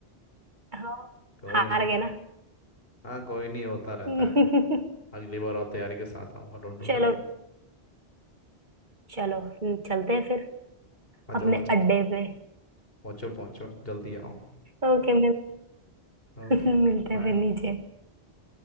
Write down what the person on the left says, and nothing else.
कोई
नहीं
हाँ कोई नहीं होता रहता
है अगली बार और तैयारी के साथ आऊंगा डोंट वरी
आ जाओ
आ जाओ
पहुँचो पहुँचो जल्दी आओ
Okay
bye